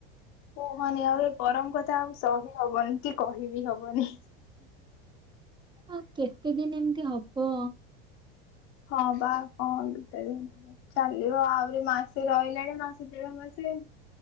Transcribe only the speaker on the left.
କୁହନି ଆଉ ଏ ଗରମ କଥା, ଆଉ ସହି ହବନି, କି କହିବି ହବନି।
ହଁ ବା, କଣ କେତେ ଦିନି, ଚାଲିବ ଆହୁରି ମାସେ ରହିଲାଣି। ଏଇ ମାସେ, ଦେଢ ମାସେ,